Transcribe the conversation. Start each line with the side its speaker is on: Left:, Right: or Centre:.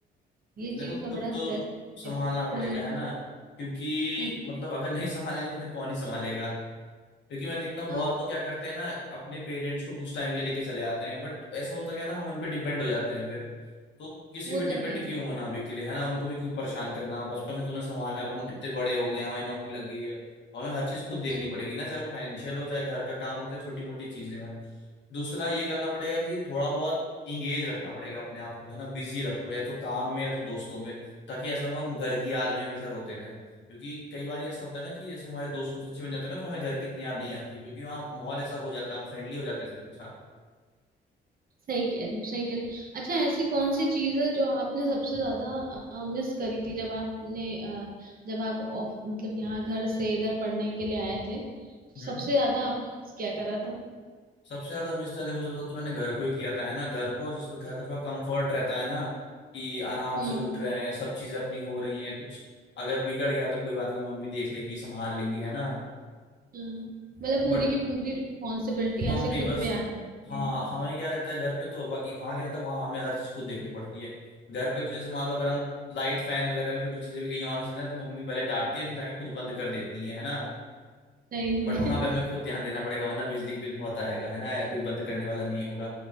Right: ये
Left: देखो
Right: चीज
Left: खुद
Right: का बड़ा
Left: तो
Right: स्ट्रेस
Left: संभालना
Right: है। हम्म
Left: पड़ेगा है ना क्योंकि
Right: हम्म
Left: मतलब अगर नहीं संभालेंगे तो फिर कौन ही संभालेगा क्योंकि मैं देखता हूँ
Right: हाँ
Left: बहुत लोग क्या करते हैं ना अपने पेरेंट्स को कुछ टाइम के लिए लेके चले आते हैं बट ऐसा होता क्या है ना हम उन पे डिपेंड हो जाते हैं फिर तो किसी
Right: वो
Left: पे डिपेंड
Right: तो है
Left: क्यों होना अभी के लिए है ना उनको भी क्यों परेशान करना बचपन से तूने संभाला अब हम इतने बड़े हो गए हैं हमारी नौकरी लग गई है हमें हर चीज खुद देखनी
Right: हम्म
Left: पड़ेगी ना चाहे वो फाइनेंशियल हो चाहे घर का काम हो चाहे छोटी मोटी चीजें हों दूसरा ये करना पड़ेगा कि थोड़ा बहुत इंगेज रखना पड़ेगा अपने आप को है ना बिजी रखो या तो काम में या तो दोस्तों में ताकि ऐसा ना हो कि घर की याद में हमेशा रोते रहे। क्योंकि कई बार ऐसा होता है ना कि जैसे हमारे दोस्त दोस्त अच्छे बन जाते हैं ना तो हमें घर की इतनी याद नहीं आती क्योंकि वहाँ माहौल ऐसा हो जाता है हम फ्रेंडली हो जाते हैं सबके साथ
Right: सही कह रहे हो सही कह रहे हो अच्छा ऐसी कौन सी चीज है जो आपने सबसे ज्यादा मिस करी थी जब आपने अ, जब आप ऑफ मतलब यहाँ घर से इधर पढ़ने के लिए आए थे तो
Left: हम्म
Right: सबसे ज्यादा आपने मिस क्या करा था
Left: सबसे ज्यादा मिस था देखो सबसे ज्यादा तो मैंने घर को ही किया था है ना घर को और जिसमें घर का थोड़ा कंफर्ट रहता है ना कि आराम
Right: हम्म
Left: से उठ रहे हैं सब चीजें अपनी हो रही हैं कुछ अगर बिगड़ गया तो कोई बात नहीं मम्मी देख लेंगी संभाल लेंगी है ना
Right: हाँ। मतलब पूरी
Left: बट
Right: की पूरी रिस्पॉन्सिबिलिटी
Left: मम्मी
Right: ऐसे खुद
Left: बस
Right: पे आ जाती
Left: हाँ
Right: है
Left: हमें क्या रहता है घर पे तो बाकी वहां क्या रहता है वहां हमें हर चीज खुद देखनी पड़ती है घर पे तो जैसे मान लो अगर हम लाइट फैन वगैरह भी छोटी चीजें भी कहीं ऑन चल रहे हैं तो मम्मी पहले डांटती है लेकिन जाके खुद बंद कर देती है है ना
Right: सही में
Left: बट वहां पे हमें
Right: <laughs>
Left: खुद ध्यान देना पड़ेगा वरना बिजली बिल बहुत आएगा है ना कोई बंद करने वाला नहीं होगा